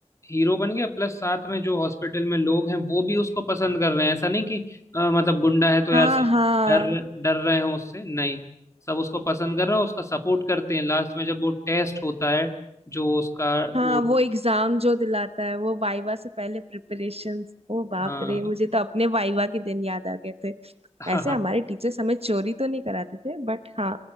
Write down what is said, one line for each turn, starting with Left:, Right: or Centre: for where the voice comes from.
Left: हीरो बन गया प्लस साथ में जो हॉस्पिटल में लोग हैं वो भी उसको पसंद कर रहे हैं ऐसा नहीं कि अ, मतलब गुंडा है तो यार
Right: हाँ
Left: सब
Right: हाँ
Left: डर डर रहे हो उससे नहीं सब उसको पसंद कर रहे हैं उसका सपोर्ट करते हैं लास्ट में जब वो टेस्ट होता है जो उसका
Right: हाँ
Left: वो
Right: वो एग्जाम जो दिलाता है वो वाइवा से पहले प्रिपरेशंस ओ बाप
Left: हाँ
Right: रे मुझे तो अपने वाइवा के दिन याद आ गए थे
Left: हाँ
Right: ऐसे
Left: हाँ
Right: हमारे टीचर्स हमें चोरी तो नहीं कराते थे बट हाँ